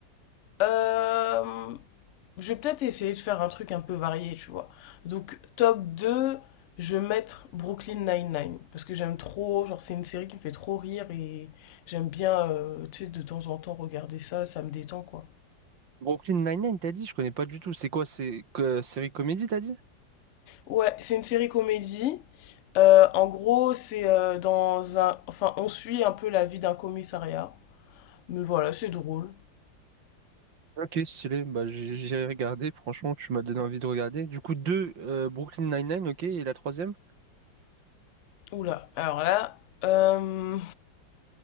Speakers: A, on the left; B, on the right.
A: Euh, je vais peut-être essayer de faire un truc un peu varié, tu vois. Donc, top 2, je vais mettre Brooklyn Nine-Nine. Parce que j'aime trop, genre, c'est une série qui me fait trop rire et j'aime bien, euh, tu sais, de temps en temps regarder ça, ça me détend, quoi.
B: Brooklyn Nine-Nine, t'as dit? Je connais pas du tout. C'est quoi? C'est que série comédie, t'as dit?
A: Ouais, c'est une série comédie. Euh, en gros, c'est euh, dans un... Enfin, on suit un peu la vie d'un commissariat. Mais voilà, c'est drôle.
B: Ok, stylé. Bah, j'ai j'ai regardé. Franchement, tu m'as donné envie de regarder. Du coup, 2, Brooklyn Nine-Nine, ok. Et la troisième?
A: Oula, alors là, euh,